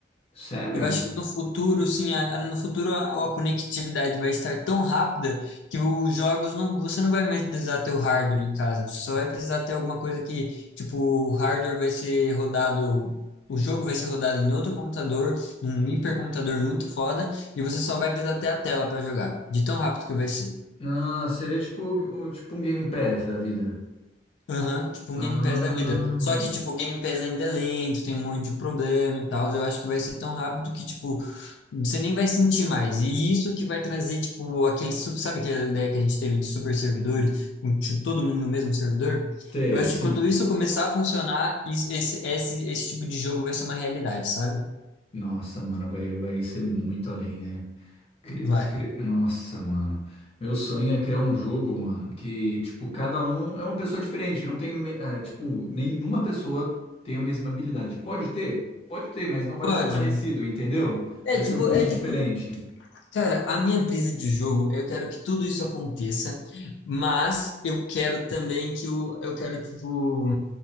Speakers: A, on the left; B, on the left.
A: Sério?
B: Eu acho que no futuro, sim, a- a- no futuro a, a conectividade vai estar tão rápida que os jogos não, você não vai mais precisar ter o hardware em casa. Você só vai precisar ter alguma coisa que, tipo, o hardware vai ser rodado, o jogo vai ser rodado em outro computador, num hipercomputador muito foda, e você só vai precisar ter a tela para jogar, de tão rápido que vai ser.
A: Ah, seria tipo, um- tipo um Game Pass da vida.
B: Aham, tipo
A: Ah,
B: um Game Pass da vida. Só que, tipo, o Game Pass ainda é lento, tem um monte de problema e tal. Eu acho que vai ser tão rápido que, tipo, Você nem vai sentir mais. E isso que vai trazer, tipo, aquele, sub- sabe aquela ideia que a gente teve de super servidores, com tipo, todo mundo no mesmo servidor?
A: Sei,
B: Eu acho
A: sim.
B: que quando isso começar a funcionar, is- esse, esse, esse tipo de jogo vai ser uma realidade, sabe?
A: Nossa, mano, vai, vai ser muito além, né? Cri-
B: Vai.
A: cri- Nossa, mano. Meu sonho é criar um jogo, mano, que, tipo, cada um é uma pessoa diferente. Não tem, me- é, tipo, nenhuma pessoa tem a mesma habilidade. Pode ter? Pode ter, mas não vai
B: Pode.
A: ser parecido, entendeu?
B: É
A: Vai
B: tipo,
A: ser um pouco
B: é
A: diferente.
B: tipo Cara, a minha brisa de jogo, eu quero que tudo isso aconteça, mas eu quero também que o, eu quero, tipo,